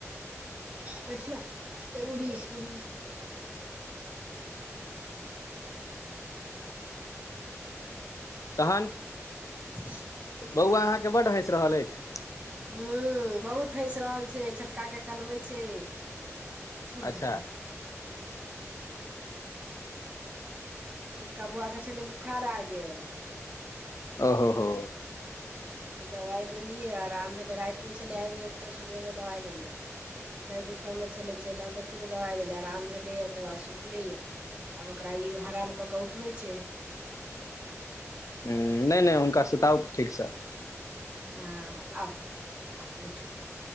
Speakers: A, on the right; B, on the left.
A: बैठना त उड़ीस-उड़ीस जा देखखि <inaudible>
B: तहन
A: हँ हँ
B: बौआ अहाँके बड हैंस रहल अछि
A: हू बहुत हेस रहल छै छोटका के कनबै छै छोड़
B: अच्छा
A: दही ने छोटका बौआ के छलै बोखार आ गेल
B: ओ हो हो
A: दवाइ देलियै आराम भेलै रातिमे छले आबि गेल तऽ सुबहमे दवाइ देलियै फेर दुपहर मे छले चलि आयल तऽ फेर दवाइ देले आराम भेले या तऽ सुतले या आब ओकरा ई हरान कऽ उठबै छै
B: नहि नहि हुनका सुताउ ठीक से
A: हँ आउ आ बेठो